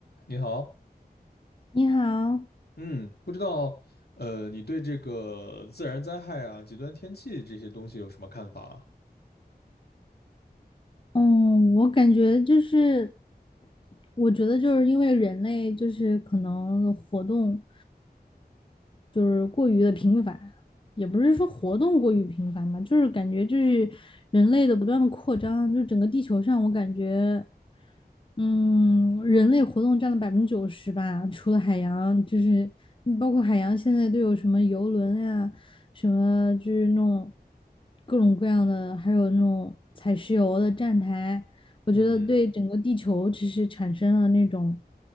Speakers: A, on the left; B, on the left.
A: 你好，
B: 你好，
A: 嗯，不知道，呃，你对这个自然灾害啊、极端天气这些东西有什么看法啊？
B: 嗯，我感觉就是，我觉得就是因为人类就是可能活动就是过于的频繁，也不是说活动过于频繁吧，就是感觉就是人类的不断的扩张，就整个地球上我感觉嗯，人类活动占了百分之九十吧，除了海洋，就是嗯包括海洋现在都有什么游轮呀，什么就是那种各种各样的，还有那种采石油的站台，我觉得对整个地球其实产生了那种
A: 嗯